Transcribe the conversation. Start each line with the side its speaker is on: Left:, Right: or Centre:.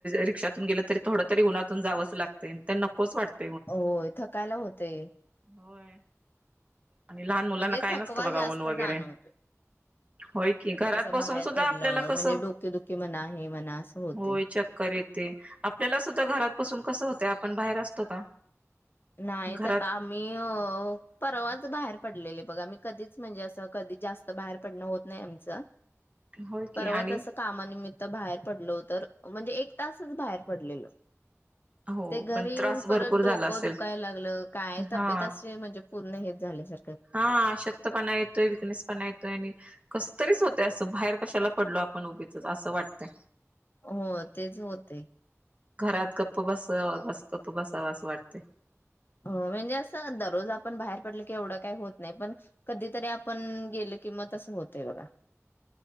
Right: रिक्षातून गेलं तरी थोड तरी उन्हातून जावंच लागतं नकोच वाटत
Left: होय थकायला होते
Right: होय आणि लहान मुलांना
Left: म्हणजे
Right: काय
Left: थकवा
Right: नसतं बघा
Left: जास्त
Right: ऊन वगैरे
Left: जाणवतोय
Right: होय कि घरात
Left: असं
Right: बसून
Left: बाहेर
Right: सुद्धा
Left: पडलं
Right: आपल्याला कस
Left: म्हणजे डोकेदुखी म्हणा हे म्हणा असं होते
Right: होय चक्करत ते आपल्याला सुद्धा घरात बसून कसं होतं आपण बाहेर असतो का
Left: नाहीच
Right: घरात
Left: आता आम्ही अ परवाच बाहेर पडलेले बघा आ कधीच म्हणजे असं कधी जास्त बाहेर पडणं होत नाही आमच
Right: होय की
Left: परवात
Right: आणि
Left: असं कामानिमित्त बाहेर पडल हो तर म्हणजे एक तासच बाहेर
Right: हो
Left: ते घरी
Right: पण
Left: येऊन
Right: त्रास
Left: परत
Right: भरपूर झाला
Left: डोक दुखाय
Right: असेल
Left: लागलं काय तब्येत
Right: हा
Left: असे म्हणजे पूर्ण हे झालं सर
Right: हा आशक्त पणा येतोय विकनेस पण ये तोय आणि कस तरीच होते असं बाहेर कशाला पडलो आपण उगीचच असं वाटतं
Left: हो तेच होते
Right: घरात गप्प बसावास गप्प बसावं असं वाटतंय.
Left: हो म्हणजे असं दररोज आपण बाहेर पडल की एवढं काही होत नाही पण कधीतरी आपण गेलो की मग तसं होतय बघा.